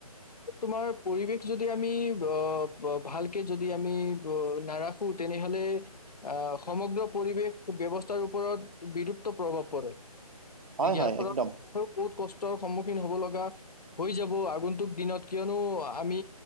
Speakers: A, on the left (about 80°); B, on the right (about 65°).
A: তোমাৰ পৰিৱেশ যদি আমি অ ভালকে যদি আমি নাৰাখো তেনেহলে আহ সমগ্ৰ পৰিৱেশ ব্যৱস্থাৰ ওপৰত বিলুপ্ত প্ৰভাৱ পৰে।
B: হয়
A: ইয়াৰ
B: হয়
A: ফলত
B: একদম
A: বহুত কষ্ট সন্মুখীন হব লগা হৈ যাব। আগন্তুক দিনত কিয়নো আমি